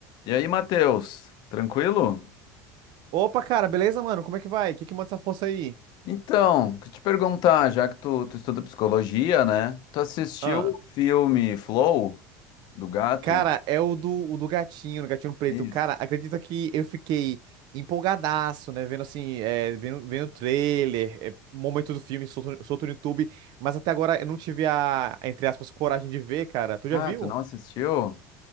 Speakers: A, on the left; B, on the right.
A: E aí, Matheus, tranquilo?
B: Opa, cara, beleza, mano? Como é que vai? O que que manda essa força aí?
A: Então, que te perguntar, já que tu, tu estuda psicologia, né? Tu assistiu
B: Ah,
A: o filme Flow do gato?
B: cara, é o do, o do gatinho, o gatinho preto.
A: Isso.
B: Cara, acredita que eu fiquei empolgadaço, né? Vendo assim, é, vendo, vendo o trailer, é, momento do filme, solto, solto no YouTube, mas até agora eu não tive a, a, entre aspas, coragem de ver, cara. Tu já
A: Ah,
B: viu?
A: tu não assistiu?